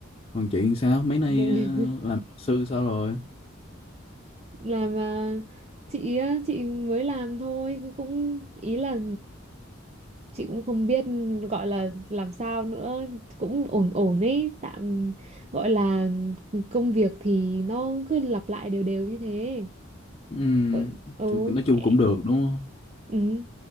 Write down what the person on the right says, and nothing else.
đúng.
làm à, chị á, chị mới làm thôi cũng ý là chị cũng không biết gọi là làm sao nữa cũng ổn ổn ấy tạm gọi là công việc thì nó cứ lặp lại đều đều như thế
ừ, ừ.
ẹ-
ừ.